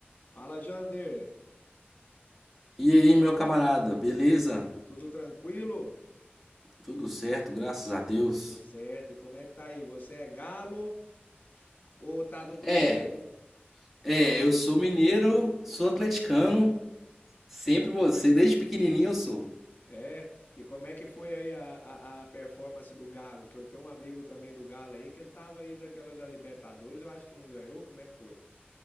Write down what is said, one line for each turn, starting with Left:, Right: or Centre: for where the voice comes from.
Left: Fala, Jander.
Centre: E aí, meu camarada, beleza?
Left: Tudo tranquilo?
Centre: Tudo certo, graças a Deus.
Left: Tudo certo. E como é que tá aí? Você é galo ou tá do Cruzeiro?
Centre: É, é, eu sou mineiro, sou atleticano, sempre você, desde pequenininho eu sou.
Left: É. E como é que foi aí a, a, a performance do Galo? Que eu tenho um amigo também do Galo aí que ele tava aí daquela da Libertadores, eu acho que não ganhou. Como é que foi?